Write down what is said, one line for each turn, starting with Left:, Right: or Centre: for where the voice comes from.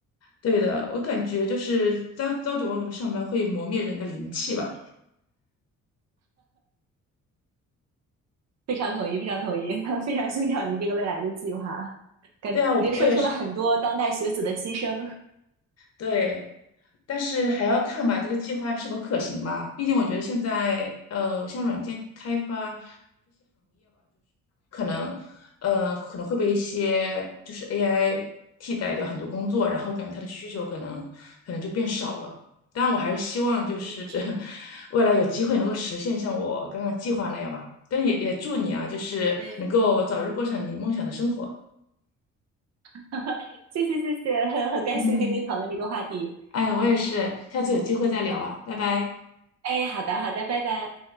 Left: 对的，我感觉就是朝朝九晚五的上班会磨灭人的灵气吧。
Right: 非常同意，非常同意，<laughs> 非常欣赏您这个未来的计划，感觉说出了很多当代学子的心声。
Left: 对啊，我也是。对，但是还要看吧，这个计划是否可行吧。毕竟我觉得现在呃，像软件开发可能，呃，可能会被一些就是 AI 替代掉很多工作，然后我感觉它的需求可能可能就变少了。当然，我还是希望就是
Right: 嗯，
Left: <laughs> 未来有机会能够实现像我刚刚计划那样吧。但也也祝你啊，就是能够早日过上你梦想的生活。
Right: 对，<laughs> 谢谢谢谢，很很感谢跟您讨论这个话题。
Left: 嗯，哎，我也是，下次有机会再聊吧，拜拜。
Right: 哎，好的好的，拜拜。